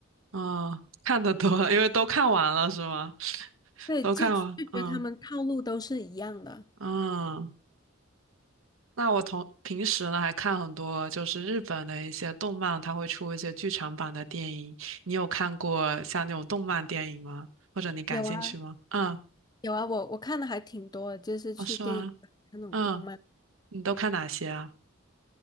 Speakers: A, on the right; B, on the left.
A: 嗯，看得多了，因为都看完了是吗？<laughs>
B: 对，
A: 都看完，
B: 就就觉得他们套路都是一样的。
A: 嗯嗯。那我同平时呢还看很多就是日本的一些动漫，它会出一些剧场版的电影。你有看过像那种动漫电影吗？或者你感兴趣吗？
B: 有啊，
A: 嗯，
B: 有啊，我我看的还挺多的，就是去电影院看那种动漫，
A: 哦，是吗？嗯，你都看哪些啊？